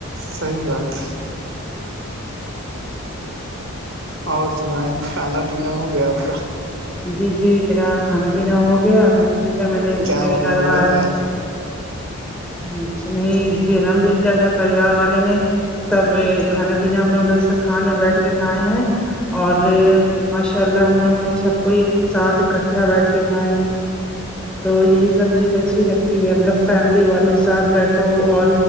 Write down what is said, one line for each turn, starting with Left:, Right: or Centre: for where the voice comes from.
Right: صحیح بات اور سنا ہے کھانا پینا ہو گیا آپ کا
Centre: جی جی میرا کھانا پینا ہو گیا الحمد للہ میں نے
Right: کیا
Centre: میرے
Right: بنا
Centre: گھر
Right: ہوا
Centre: والار
Right: تھا آج
Centre: اچا نہیں جی الحمد للہ گھر پریوار والے نے سب کھانا پینے ہم لوگ دستر خان میں بیٹھ کے کھائے ہیں اور ماشاء اللہ ہم لوگوں نے سب کو ساتھ اکٹھا بیٹھ کے کھائے ہیں تو یہی سب چیز اچھی لگتی ہے مطلب فیملی والوں کے سھ تو اور